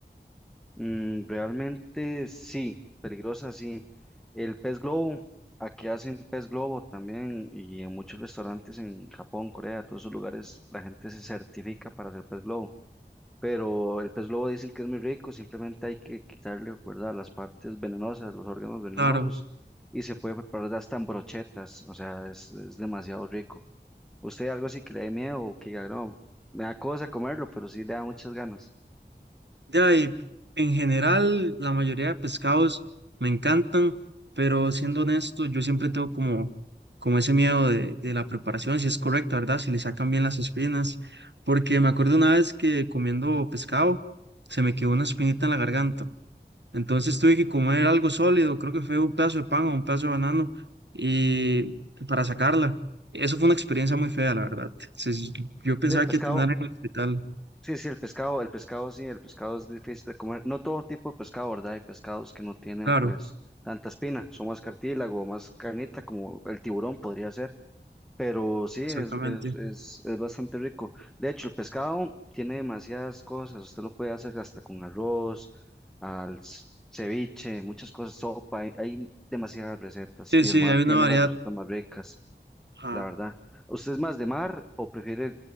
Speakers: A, in the centre; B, on the right.
A: Mm, realmente sí, peligrosa sí. El pez globo, aquí hacen pez globo también y en muchos restaurantes en Japón, Corea, todos esos lugares la gente se certifica para hacer pez globo pero el pez globo dicen que es muy rico, simplemente hay que quitarle, ¿verdad?, las partes venenosas, los órganos venenosos,
B: Claro.
A: y se puede preparar hasta en brochetas, o sea, es, es demasiado rico. ¿Usted algo así que le dé miedo o que diga, no, me da cosa comerlo, pero sí le da muchas ganas?
B: Ya, y en general, la mayoría de pescados me encantan, pero siendo honesto, yo siempre tengo como, como ese miedo de, de la preparación, si es correcta, ¿verdad? Si le sacan bien las espinas, porque me acuerdo una vez que comiendo pescado se me quedó una espinita en la garganta, entonces tuve que comer algo sólido, creo que fue un pedazo de pan o un pedazo de banano, y para sacarla. Eso fue una experiencia muy fea, la verdad. Se- yo pensaba
A: Sí, el pescado,
B: que iba a terminar en el hospital,
A: sí, sí, el pescado, el pescado, sí, el pescado es difícil de comer, no todo tipo de pescado, ¿verdad? Hay pescados que no tienen,
B: claro,
A: pues, tanta espina, son más cartílago, más carnita, como el tiburón podría ser Pero sí,
B: exactamente.
A: es, es, es, es bastante rico. De hecho, el pescado tiene demasiadas cosas. Usted lo puede hacer hasta con arroz, al s- ceviche, muchas cosas, sopa. Hay, hay demasiadas recetas
B: Sí,
A: y
B: sí,
A: el mar
B: hay
A: tiene
B: una variedad.
A: las recetas más ricas,
B: Ajá.
A: la verdad. ¿Usted es más de mar o prefiere